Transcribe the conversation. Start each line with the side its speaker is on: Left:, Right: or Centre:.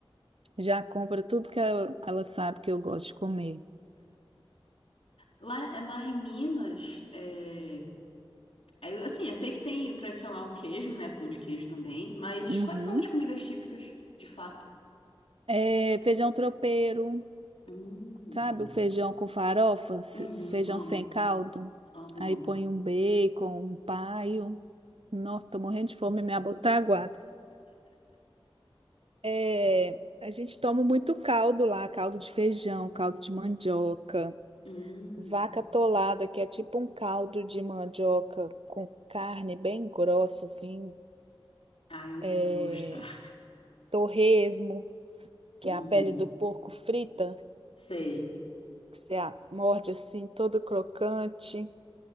Right: já compra tudo que ela, ela sabe que eu gosto de comer.
Left: Lá, lá em Minas, é, é, assim, eu sei que tem o tradicional queijo, né? Pão de queijo também, mas
Right: Uhum.
Left: quais são as comidas típicas, de fato?
Right: É, feijão tropeiro,
Left: Hum,
Right: sabe?
Left: bom.
Right: O feijão com farofa, se-
Left: Uhum,
Right: se- feijão
Left: amo,
Right: sem caldo.
Left: amo,
Right: Aí
Left: amo.
Right: põe um bacon, um paio. Nossa, tô morrendo de fome, minha boca tá aguada. É, a gente toma muito caldo lá, caldo de feijão, caldo de mandioca,
Left: Hum,
Right: vaca atolada, que é tipo um caldo de mandioca com carne bem grossa, assim,
Left: ai, eu não
Right: é,
Left: sei se eu vou gostar.
Right: torresmo, que
Left: Uhum,
Right: é a pele do porco frita,
Left: sei.
Right: que você a- morde assim, todo crocante.